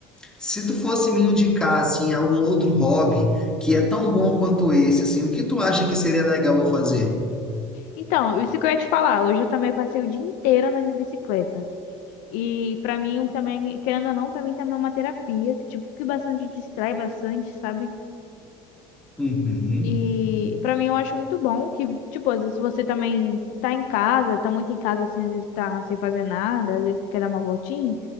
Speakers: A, in the centre; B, on the left.
A: se tu fosse me indicar assim algum outro hobby que é tão bom quanto esse, assim, o que tu acha que seria legal eu fazer?
B: Então, isso que eu ia te falar, hoje eu também passei o dia inteiro andando de bicicleta. E pra mim também, querendo ou não, pra mim também é uma terapia, que, tipo, que bastante distrai bastante, sabe?
A: Uhum.
B: E pra mim eu acho muito bom que, tipo, às vezes você também tá em casa, tá muito em casa assim, às vezes tá sem fazer nada, às vezes quer dar uma voltinha.